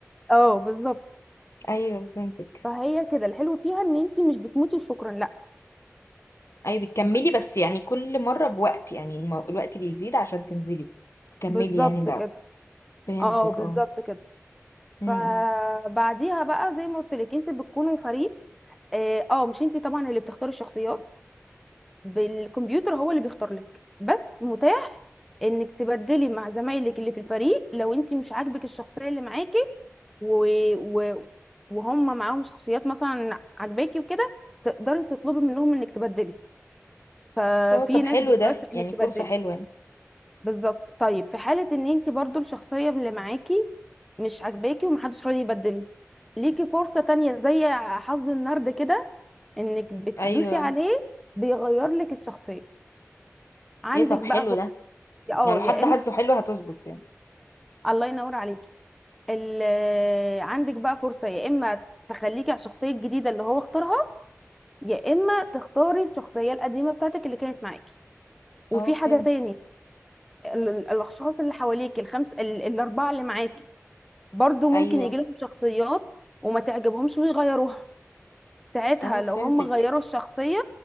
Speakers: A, in the centre; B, on the left.
A: اه بالظبط
B: ايوه فهمتك
A: فهي كده الحلو فيها ان انتي مش بتموتي وشكرا لا
B: ايوه بتكملي
A: بس.
B: بس يعني كل مرة بوقت يعني الم- الوقت بيزيد عشان تنزلي تكملي
A: بالظبط
B: يعني لا
A: كده
B: فهمتك
A: اه بالظبط
B: اه
A: كده
B: م-
A: فبعديها
B: م.
A: بقى زي ما قلت لك انت بتكونوا فريق اه آه، مش انت طبعا اللي بتختاري الشخصيات بالكمبيوتر هو اللي بيختار لك بس متاح انك تبدلي مع زمايلك اللي في الفريق لو انت مش عاجبك الشخصيه اللي معاكي و... و... وهم معاهم شخصيات مثلا عاجباكي وكده تقدري تطلبي منهم انك تبدلي ففي
B: اه طب
A: ناس
B: حلو
A: بتوافق
B: ده
A: انك
B: يعني
A: تبدلي
B: فرصة حلوة يعني.
A: بالظبط طيب في حالة ان انت برضو الشخصية اللي معاكي مش عاجباكي ومحدش راضي يبدل ليكي فرصة تانية زي حظ النرد كده انك بتدوسي
B: ايوه
A: عليه بيغير لك الشخصية عندك
B: ايه طب
A: بقى
B: حلو
A: فرصة
B: ده
A: اه
B: يعني لو
A: يا
B: حد
A: اما
B: حاسه حلو هتظبط يعني
A: الله ينور عليكي ال... آه، عندك بقى فرصة يا اما تخليكي على الشخصية الجديدة اللي هو اختارها يا اما تختاري الشخصية القديمة بتاعتك اللي كانت معاكي وفي
B: اه فهمت
A: حاجة تاني ال- ال- الاشخاص اللي حواليك الخمس ال- الاربعة اللي معاكي برضو ممكن
B: ايوه
A: يجي لهم شخصيات وما تعجبهمش ويغيروها ساعتها
B: اه فهمتك
A: لو هم غيروا الشخصية